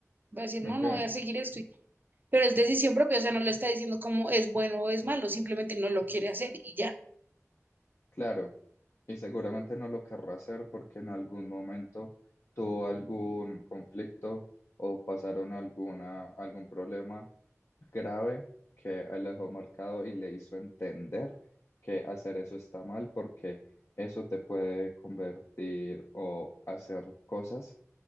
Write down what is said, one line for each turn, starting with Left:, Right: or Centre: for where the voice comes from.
Right: Va a decir, no,
Left: Ok,
Right: no voy a seguir esto. y- Pero es decisión propia, o sea, no le está diciendo como es bueno o es malo, simplemente no lo quiere hacer y ya.
Left: claro. Y seguramente no lo querrá hacer porque en algún momento tuvo algún conflicto o pasaron alguna, algún problema grave que él le dejó marcado y le hizo entender que hacer eso está mal porque eso te puede convertir o hacer cosas